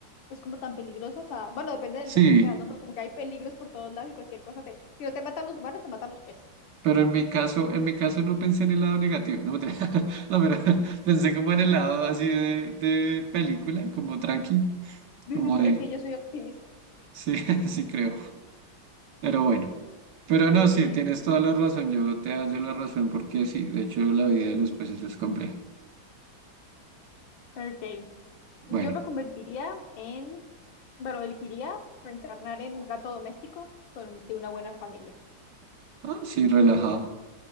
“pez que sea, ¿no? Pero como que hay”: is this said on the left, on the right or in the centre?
Left